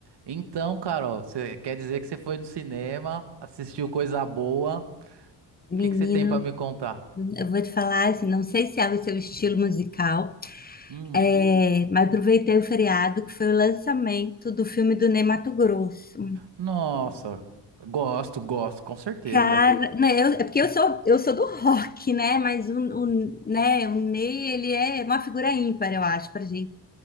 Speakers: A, on the right; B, on the left.
A: Então, Carol, você quer dizer que você foi no cinema, assistiu coisa boa?
B: Menino,
A: O que que você tem pra me contar?
B: eu vou te falar assim, não sei se é o seu estilo musical,
A: Hum,
B: é, mas aproveitei o feriado que foi o lançamento do filme do Ney Matogrosso.
A: nossa, gosto, gosto, com certeza.
B: Cara, né, eu- é porque eu sou eu sou do rock, né? Mas o, o, né, o Ney ele é uma figura ímpar, eu acho, pra gente.